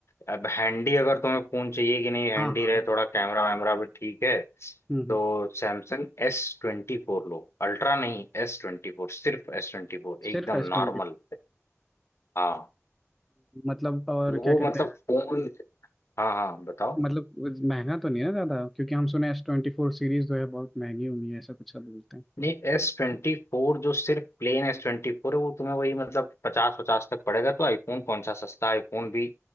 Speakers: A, on the left; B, in the centre.
A: अब हैंडी अगर तुम्हें फोन चाहिए कि नहीं हैंडी
B: हाँ हाँ
A: रहे
B: एकदम
A: थोड़ा कैमरा वैमरा भी ठीक है
B: हम्म हम्म।
A: तो सैमसंग एस ट्वेंटी फोर लो अल्ट्रा नहीं एस ट्वेंटी फोर सिर्फ एस ट्वेंटी फोर
B: सिर्फ
A: एकदम
B: एस ट्वेंटी
A: नॉर्मल हाँ
B: मतलब और
A: वो
B: क्या कहते
A: मतलब
B: हैं
A: फोन हाँ हाँ बताओ
B: मतलब महंगा तो नहीं है ज्यादा क्योंकि हम सुने एस ट्वेंटी फोर सीरीज जो है बहुत महंगी हुई है ऐसा कुछ सब बोलते हैं
A: नहीं एस ट्वेंटी फोर जो सिर्फ प्लेन एस ट्वेंटी फोर है वो तुम्हें वही मतलब पचास पचास तक पड़ेगा तो आईफोन कौन सा सस्ता आईफोन भी